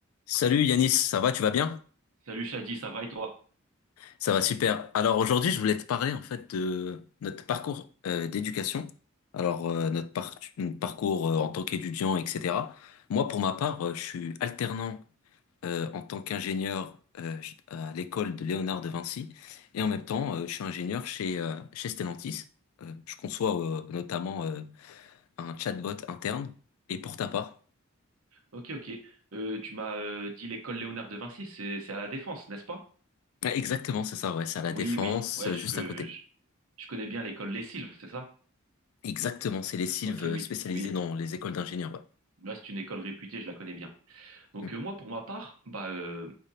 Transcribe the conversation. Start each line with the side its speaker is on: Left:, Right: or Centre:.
Left: Salut Yanis, ça va, tu vas bien?
Right: Salut Shadi, ça va et toi?
Left: Ça va super. Alors aujourd'hui, je voulais te parler en fait de notre parcours euh, d'éducation. Alors euh, notre par- notre parcours euh, en tant qu'étudiant, etc. Moi, pour ma part, euh, je suis alternant euh, en tant qu'ingénieur euh, à l'école de Léonard de Vinci et en même temps, euh, je suis ingénieur chez euh, chez Stellantis. Euh, je conçois euh, notamment euh, un chatbot interne. Et pour ta part?
Right: Ok, ok. Euh, tu m'as euh, dit l'école Léonard de Vinci, c'est c'est à la Défense, n'est-ce pas?
Left: Ouais, Exactement, c'est ça, ouais, c'est à la
Right: Oui,
Left: Défense,
Right: oui. Ouais,
Left: euh,
Right: je,
Left: juste
Right: que,
Left: à côté.
Right: je, je connais bien l'école Les Silves, c'est ça?
Left: Exactement, c'est les sylves
Right: Ok, oui,
Left: spécialisés
Right: oui.
Left: dans les écoles d'ingénieurs, ouais.
Right: Là, c'est une école réputée, je la connais bien. Donc
Left: Mm.
Right: euh, moi, pour ma part, bah, euh,